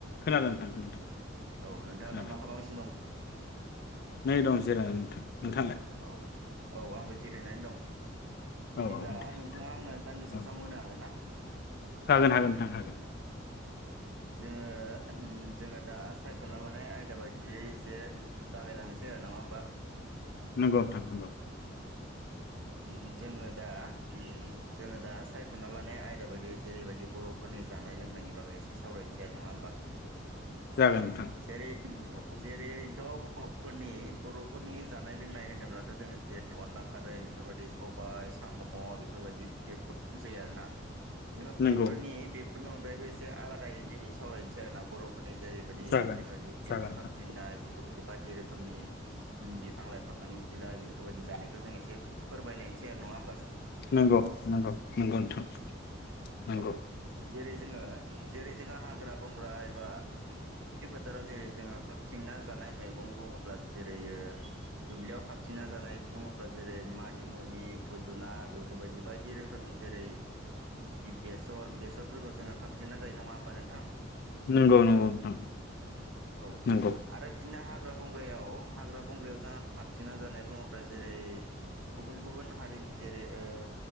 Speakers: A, on the left (about 55°); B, on the right (about 70°).
A: खोनादो नोंथां।
B: औ नोंथाङा
A: खोनादों
B: दा मा खालामगासिनो दं?
A: नै दं जेरायनानै नोंथां। नोंथाङालाय
B: औ औ आंबो जिरायनानै दं
A: औ
B: बिदिब्ला
A: औ दे
B: नोंथाङा आंनो दान्दिसे
A: औ
B: सम होनो हागोनना?
A: हागोन हागोन नोंथां हागोन।
B: जोङो ओन जोङो दा सायख'ना लानाय आयदा बायदियै एसे उम जागायलांनोसै आरो नङा होमबा?
A: नंगौ नोंथां नंगौ।
B: उम जोङो दा उम जोङो दा सायख'ना लानाय आयदा बायदियै जेरैबायदि बर'फोरनि जानाय लोंनायनि बागै एसे सावरायनोसै आरो नङा होमबा?
A: जागोन नोंथां
B: जेरै उम अप जेरै एरै थ' बर'फोरनि बर'फोरनि जानाय लोंनाय होनोब्लाथ' जोङो जेरै अनला खारै बेफोरबायदि सबाय साम' बेफोरबायदि बेफोरजों बुजायो आरोना जोङो
A: नंगौ
B: बेफोरनि बे बेफोरनि अनगायैबो एसे आलादायै दिनै सावरायनोसै आरो ना बर'फोरनि जे बि
A: जागोन
B: जोङो दुब्लियाव
A: जागोन
B: खाबथिंनाय
A: नोंथां
B: बेफोरबायदि बायदि रोखोमनि उम बिफां लाइफांनि बिलाइ बेफोरबायदि जानायखौ जों एसे फोरमायलायनोसै आरो नङा होम
A: नोंग नोंग नोंग नोंथां। नोंगौ।
B: औ जेरै जोङो जेरै जोङो हाग्रा बंग्रा एबा दुब्लि फोथाराव जेरै जोङो खाबथिंना जानाय मैगं बुङोब्ला जेरै ओ दुब्लियाव खाबथिंना जानाय बुङोब्ला जेरै मानिमुनि खुदुना बेफोरबायदि बायदि रोखोमनि जेरै बेसर बेसरफोरखौ जोङो खाबथिंना जायो नङा होमबा नोंथां?
A: नोंगौ नोंगौ नोंथां।
B: औ
A: नंगौ
B: आरो बिदिनो हाग ग्रा बंग्रायाव हाग्रा बंग्रायाव जाहा खाबथिंना जानाय बुङोब्ला जेरै गुबुन गुबुन हारिनि जेरै ओ